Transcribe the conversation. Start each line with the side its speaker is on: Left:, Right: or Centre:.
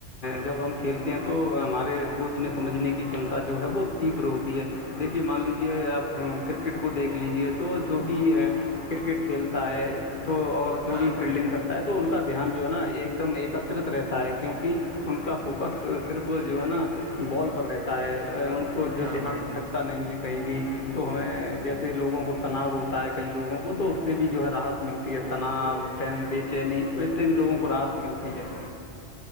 Left: جب ہم کھیلتے ہیں تو ہمارے سوچنے سمجھنے کی چمتا جو ہے وہ- بروتی ہے دیکھیے مان لیجیے آپ کرکٹ کو دیکھ لیجیے تو جو بھی کرکٹ کھیلتا ہے- تو اور جو
Right: ہاں
Left: بھی
Right: بھائی
Left: فیلڈنگ
Right: جان
Left: کر- تو ان کا دھیان جو ہے نا ایک دم ایکتت رہتا ہے کیونکہ ان کا فوکس صرف جو ہے نا- بال پر رہتا ہے ان کو جو
Right: ہاں
Left: دھیان
Right: بھائی جان
Left: بھٹک- نہیں ہے کہیں بھی تو ہمیں جیسے لوگوں کو تناؤ ہوتا ہے کئی لوگوں کو تو اس سے بھی جو ہے راحت- ملتی ہے تناؤ ٹین بے چینی اس سے بھی لوگوں کو راحت ملتی ہے-